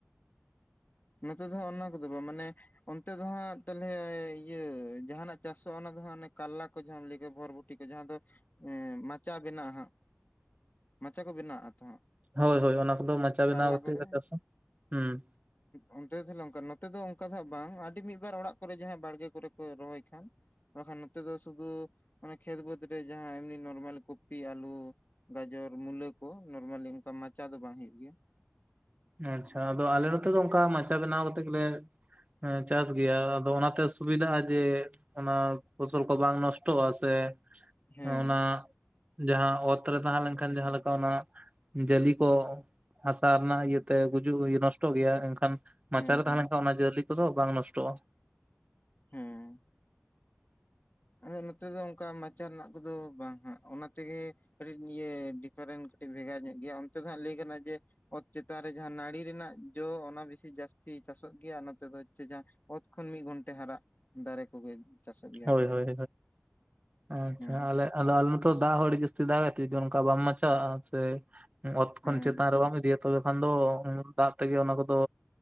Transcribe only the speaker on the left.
ᱚ ᱱᱚᱛᱮ ᱫᱚ ᱦᱟᱜ ᱚᱱᱟ ᱠᱚᱫᱚ ᱵᱟᱝ ᱢᱟᱱᱮ ᱚᱱᱛᱮ ᱫᱚ ᱦᱟᱸᱜ ᱛᱟᱞᱚᱞᱮ ᱤᱭᱟᱹ ᱡᱟᱦᱟᱱᱟᱜ ᱪᱟᱥᱚᱜᱼᱟ ᱚᱱᱟ ᱫᱚ ᱦᱟᱸᱜ ᱚᱱᱮ ᱠᱟᱨᱞᱟ ᱠᱚ ᱡᱟᱦᱟᱸᱢ ᱞᱟᱹᱭ ᱠᱮᱫ ᱵᱷᱚᱨᱵᱷᱚ ᱼᱼᱴᱤ ᱠᱚ ᱡᱟᱦᱟᱸ ᱫᱚ ᱮ ᱢᱟᱪᱟ ᱵᱮᱱᱟᱜᱼᱟ ᱦᱟᱸᱜ ᱢᱟᱪᱟ ᱠᱚ ᱵᱮᱱᱟᱜᱼᱟ ᱛᱚ ᱦᱟᱸᱜ
ᱠᱟᱨᱞᱟ
ᱠᱚᱨᱮ
ᱚᱱᱛᱮ ᱫᱚ ᱛᱟᱦᱚᱞᱮ ᱚᱱᱠᱟ ᱱᱚᱛᱮ ᱫᱚ ᱚᱱᱠᱟ ᱫᱚ ᱦᱟᱸᱜ ᱵᱟᱝ ᱟᱹᱰᱤ ᱢᱤᱫ ᱵᱟᱨ ᱚᱲᱟᱜ ᱠᱚᱨᱮ ᱡᱟᱦᱟᱸᱭ ᱵᱟᱲᱜᱮ ᱠᱚᱨᱮ ᱠᱚ ᱨᱚᱦᱚᱭ ᱠᱷᱟᱱ᱾ ᱵᱟᱠᱷᱟᱱ ᱱᱚᱛᱮ ᱫᱚ ᱥᱩᱫᱩ ᱚᱱᱟ ᱠᱷᱮᱛ ᱵᱟᱹᱫᱽ ᱨᱮ ᱡᱟᱦᱟᱸ ᱮᱢᱱᱤ ᱱᱚᱨᱢᱟᱞ ᱠᱚᱯᱤ ᱟᱞᱩ ᱜᱟᱡᱚᱨ ᱢᱩᱞᱟᱹ ᱠᱚ ᱱᱚᱨᱢᱟᱞᱤ ᱚᱱᱠᱟ ᱢᱟᱪᱟ ᱫᱚ ᱵᱟᱝ ᱦᱳᱭᱳᱜ ᱜᱮᱭᱟ
ᱦᱮᱸ
ᱦᱮᱸ
ᱦᱮᱸ
ᱦᱩᱸ ᱟᱫᱚ ᱱᱚᱛᱮ ᱫᱚ ᱚᱱᱠᱟ ᱢᱟᱪᱟ ᱨᱮᱱᱟᱜ ᱠᱚᱫᱚ ᱵᱟᱝ ᱦᱟᱸᱜ ᱚᱱᱟ ᱛᱮᱜᱮ ᱠᱟᱹᱴᱤᱡ ᱤᱭᱟᱹ ᱰᱤᱯᱷᱟᱨᱮᱱᱴ ᱠᱟᱹᱴᱤᱡ ᱵᱷᱮᱜᱟᱨ ᱧᱚᱜ ᱜᱮᱭᱟ ᱚᱱᱛᱮ ᱫᱚ ᱦᱟᱸᱜ ᱞᱟᱹᱭ ᱜᱟᱱᱚᱜ-ᱟ ᱡᱮ ᱚᱛ ᱪᱮᱛᱟᱱ ᱨᱮ ᱡᱟᱦᱟᱸ ᱱᱟᱹᱲᱤ ᱨᱮᱱᱟᱜ ᱡᱚ ᱚᱱᱟ ᱵᱮᱥᱤ ᱡᱟᱹᱥᱛᱤ ᱪᱟᱥᱚᱜ ᱜᱮᱭᱟ ᱱᱚᱛᱮ ᱫᱚ ᱚᱛ ᱠᱷᱚᱱ ᱢᱤᱫ ᱜᱷᱚᱱᱴᱮ ᱦᱟᱨᱟᱜ ᱫᱟᱨᱮ ᱠᱚᱜᱮ ᱪᱟᱥᱚᱜ ᱜᱮᱭᱟ
ᱟᱨᱠᱤ
ᱦᱮᱸ
ᱦᱮᱸ